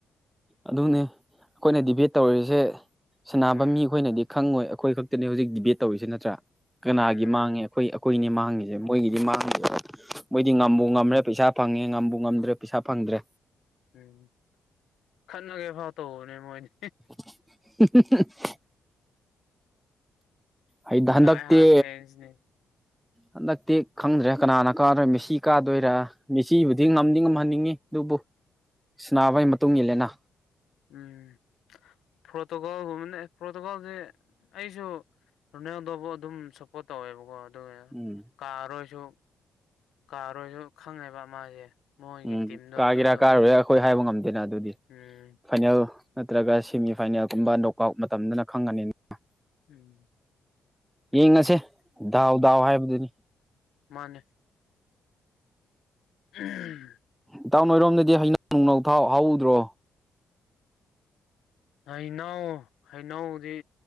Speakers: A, in the centre; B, on the left.
A: ꯑꯗꯨꯅꯤ ꯑꯩꯈꯣꯏꯅ ꯗꯦꯕꯦꯠ ꯇꯧꯔꯤꯁꯦ ꯁꯤꯟꯅꯕ
B: ꯎꯝ
A: ꯃꯤ ꯑꯩꯈꯣꯏꯅꯗꯤ ꯈꯪꯉꯣꯏ ꯑꯩꯈꯣꯏ ꯈꯠ ꯇꯅꯦ ꯍꯧꯖꯤꯛ ꯗꯦꯕꯦꯠ ꯇꯧꯔꯤꯁꯤ ꯅꯠꯇ꯭ꯔꯥ ꯀꯅꯥꯒꯤ
B: ꯎꯝ ꯃꯥꯅꯦ
A: ꯃꯥꯡꯉꯦ ꯑꯩꯈꯣꯏ ꯑꯩꯈꯣꯏꯅꯦ ꯃꯥꯡꯉꯤꯁꯦ ꯃꯣꯏꯒꯤꯗꯤ ꯃꯥꯡꯗꯦꯕ
B: ꯎꯝ
A: ꯃꯣꯏꯗꯤ ꯉꯝꯕꯨ ꯉꯝꯃꯦ ꯄꯩꯁꯥ ꯐꯪꯉꯦ ꯉꯝꯕ ꯉꯝꯗ꯭ꯔꯦ ꯄꯩꯁꯥ ꯐꯪꯗ꯭ꯔꯦ꯫
B: ꯎꯝ ꯈꯟꯅꯒꯦ ꯐꯥꯎ ꯇꯧꯕꯅꯦ ꯃꯣꯏꯗꯤ
A: <inaudible> ꯑꯩꯗ ꯍꯟꯗꯛꯇꯤ
B: ꯗꯥꯏ ꯍꯥꯔꯠ ꯐꯦꯟꯁꯅꯦ
A: ꯍꯟꯗꯛꯇꯤ ꯈꯪꯗ꯭ꯔꯦ ꯀꯅꯥꯅ ꯀꯥꯗꯣꯏ ꯃꯦꯁꯤ ꯀꯥꯗꯣꯏꯔꯥ ꯃꯦꯁꯤꯕꯨꯗꯤ ꯉꯝꯗꯤ ꯉꯝꯍꯟꯅꯤꯡꯉꯤ ꯑꯗꯨꯕꯨ ꯁꯤꯟꯅꯕꯒꯤ ꯃꯇꯨꯡ ꯏꯜꯂꯦꯅ
B: ꯎꯝ ꯄꯣꯔꯇꯨꯒꯜꯒꯨꯝꯕꯅꯦ ꯄꯣꯔꯇꯨꯒꯜꯁꯦ ꯑꯩꯁꯨ ꯔꫭꯅꯦꯜꯗꫭꯕꯨ ꯑꯗꯨꯝ ꯁꯞꯄꯣꯔꯠ ꯇꯧꯋꯦꯕꯀꯣ ꯑꯗꯨꯒ
A: ꯎꯝ
B: ꯀꯥꯔꯣꯏꯁꯨ ꯀꯥꯔꯣꯏꯁꯨ ꯈꯪꯉꯦꯕ ꯃꯥꯁꯦ ꯃꯣꯏꯒꯤ
A: ꯎꯝ
B: ꯇꯤꯝꯗꯣ
A: ꯀꯥꯒꯦꯔꯥ
B: ꯑꯗꯨꯁꯨ
A: ꯀꯥꯔꫭꯏꯔꯥ ꯑꯩꯈꯣꯏ ꯍꯥꯏꯕ ꯉꯝꯗꯦꯅ ꯑꯗꯨꯗꯤ
B: ꯎꯝ꯫
A: ꯐꯥꯏꯅꯜ ꯅꯠꯇ꯭ꯔꯒ ꯁꯦꯃꯤ ꯐꯥꯏꯅꯜꯒꯨꯝꯕ ꯅꯣꯛꯑꯥꯎꯠ ꯃꯇꯝꯗꯅ ꯈꯪꯉꯅꯤꯅ
B: ꯎꯝ꯫
A: ꯌꯦꯡꯉꯁꯦ ꯗꯥꯎ ꯗꯥꯎ ꯍꯥꯏꯕꯗꯨꯅꯤ
B: ꯃꯥꯅꯤ ꯎꯝ꯫
A: ꯏꯇꯥꯎ ꯅꯣꯏꯔꯣꯝꯗꯗꯤ ꯍꯩꯅꯧ ꯅꯨꯡꯅꯧ ꯊꯥꯎ ꯍꯧꯗ꯭ꯔꯣ꯫
B: ꯍꯩꯅꯧ ꯍꯩꯅꯧꯗꯤ